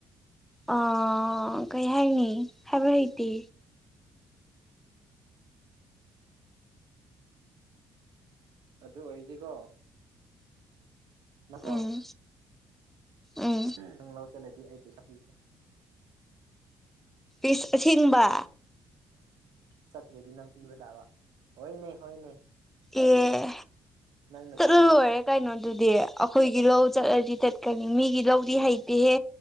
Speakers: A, in the centre; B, on the right.
A: ꯑꯥ ꯀꯩ ꯍꯥꯏꯅꯤ ꯍꯥꯏꯕ ꯍꯩꯇꯦ
B: ꯑꯗꯨ ꯑꯣꯏꯔꯗꯤꯀꯣ ꯅꯪꯀꯣ
A: ꯎꯝ ꯎꯝ
B: ꯅꯪ ꯂꯧ ꯆꯠꯂꯗꯤ ꯑꯩ ꯄꯩꯁꯥ ꯄꯤꯒꯦ
A: ꯏꯁ ꯑꯁꯦꯡꯕ
B: ꯆꯠꯇ꯭ꯔꯥꯗꯤ ꯅꯪ ꯄꯤꯕ ꯇꯥꯕ ꯍꯣꯏꯅꯦ ꯍꯣꯏꯅꯦ
A: ꯑꯦ
B: ꯅꯪꯅ
A: ꯆꯠꯂꯂꯣꯏꯔꯦ
B: ꯆꯠꯂꯗꯤ
A: ꯀꯩꯅꯣꯗꯨꯗꯤ ꯑꯩꯈꯣꯏꯒꯤ ꯂꯧ ꯆꯠꯂꯗꯤ ꯆꯠꯀꯅꯤ ꯃꯤꯒꯤ ꯂꯧꯗꯤ ꯍꯩꯇꯦꯍꯦ